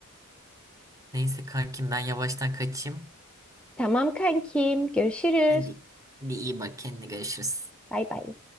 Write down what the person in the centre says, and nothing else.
Tamam kankim, görüşürüz.
Bay bay.